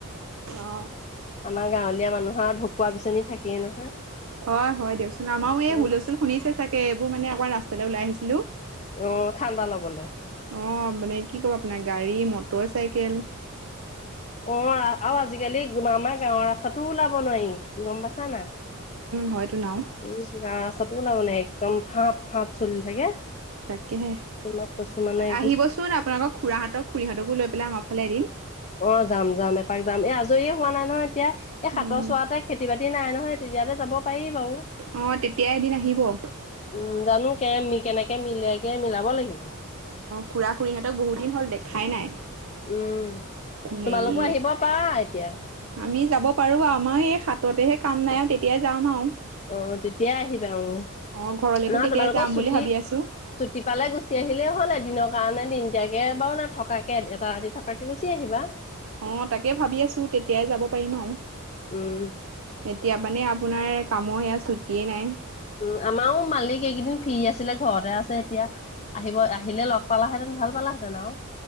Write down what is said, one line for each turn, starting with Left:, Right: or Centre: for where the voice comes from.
Right: অ
Left: আমাৰ গাঁৱলীয়া মানুহৰ ঢকুৱা বিচনী থাকেই নহয়।
Right: হয় হয় দিয়কচোন আমাৰো এই
Left: উম
Right: হুলস্থুল শুনিছে চাগে এইবোৰ মানে আমাৰ ৰাস্তা তে ওলাই আহিছিলো
Left: অ', ঠাণ্ডা ল'বলে।
Right: অ মানে কি কব আপোনাৰ গাড়ী মটৰ মটৰ চাইকেল
Left: অ আৰু আজিকালি আমাৰ গাঁৱৰ ৰাস্তাটো ওলাব নোৱাৰি গম পাইছা না উম
Right: হয়তো নাও
Left: গাৱৰ ৰাস্তাাতটো ওলাব নোৱাৰি একদম ফা ফা চলি থাকে
Right: তাকেহে
Left: তোমাক কৈছো মানে একদম
Right: আহিবচোন আপোনালোকৰ খুৰাহতৰ খুুৰীহঁত কো লৈ পেলাই আমাৰ ফালে এদিন
Left: অ যাম যাম এপাক যাম এ আজৰিয়ে হোৱা নাই নহয় এতিয়া এই সাতৰ
Right: উম
Left: চোৱাতে খেতি বাতি নাই ন হয় তেতিয়াতে যাব পাৰি বাৰু
Right: অ তেতিয়া এদিন আহিব অ
Left: উ জানো <unintelligible> কেনেকে মিলেগে মিলাব লাগিব
Right: খুৰা খুৰীহঁতক বহুত দিন হ'ল দেখাই নাই
Left: উম
Right: হেৰি
Left: তোমালোকো আহিব পাৰা আহ এতিয়া
Right: আমি যাব পাৰো আমাৰ এই হাততেহে কাম নাই তেতিয়াই যাম আৰু
Left: অ তেতিয়াই আহিবা উ
Right: অ ঘৰলৈকো
Left: নহয়
Right: তেতিয়াই
Left: তোমালোকৰ
Right: যাম
Left: ছুটি
Right: বুলি ভাবি আছো
Left: ছুটি পালে গুচি আহিলেই হ'ল এদিন কাৰণে দিনদিয়াকে বাৰু ন থকাকে এটা ৰাতি থকাকে গুচি আহিবা।
Right: অ তাকে ভাবি আছো তেতিয়াই যাব পাৰিম আৰু
Left: উম,
Right: এতিয়া মানে আপোনাৰ কামৰে - ফূৰ্তিয়ে নাই-
Left: উম আমাৰো মালিক এইকেইদিন ফ্ৰী আছিলে ঘৰতে আছে এতিয়া, আহিব আহিলে লগ পালাহেতেন ভাল পালাহেঁতেন আৰু-